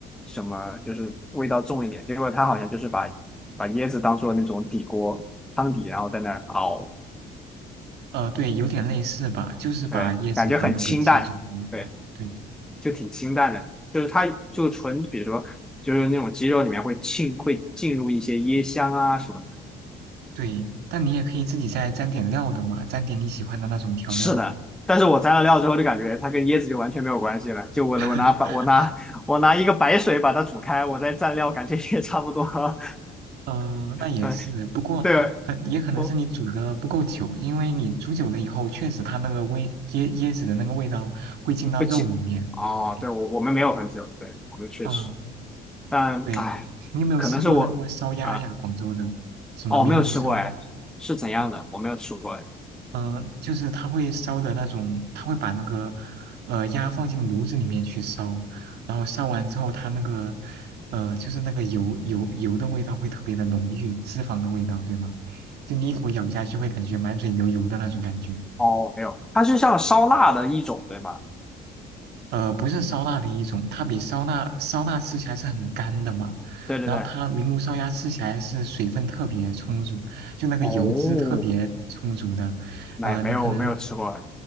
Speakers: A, in the centre; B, on the right.
A: 什么就是味道重一点，结果它好像就是把把椰子当做那种底锅汤底，然后在那儿熬，
B: 呃，对，有点类似吧，就是把椰子和那个鸡煮在一块。
A: 对，感觉很清淡，对，
B: 对。
A: 就挺清淡的，就是它就纯比如说就是那种鸡肉里面会浸会进入一些椰香啊什么的。
B: 对，但你也可以自己再沾点料的嘛，沾点你喜欢的那种调料。
A: 是的，但是我蘸了料之后就感觉它跟椰子就完全没有关系了。就我我拿把我拿我拿一个白水把它煮开，
B: <laughs>
A: 我再蘸料，感觉也差不多。<laughs>
B: 嗯、那也是，
A: 对
B: 不过可也可能是你煮的不够久，
A: 对，我
B: 因为你煮久了以后，确实它那个味椰椰子的那个味道会进到肉里面。
A: 我记哦，
B: 对，
A: 对我我们没有很久，对我们确实，
B: 嗯，
A: 但哎，
B: 对，你有没有吃过那个烧鸭呀？
A: 可能是我啊
B: 广州的什么名炉烧鸭？
A: 哦没有吃过哎，是怎样的？
B: 嗯
A: 我没有吃过哎。
B: 嗯，就是它会烧的那种，它会把那个呃鸭放进炉子里面去烧，然后烧完之后，它那个呃就是那个油油油的味道会特别的浓郁，脂肪的味道，对吗？就你一口咬下去会感觉满嘴流油的那种感觉。
A: 哦，没有，它是像烧腊的一种，对吧？
B: 呃，不是烧腊的一种，它比烧腊烧腊吃起来是很干的嘛，
A: 对对对。
B: 然后它明炉烧鸭吃起来是水分特别充足，就那个油脂特别充足的，
A: 哦，没没有没有吃过，
B: 呃，你可能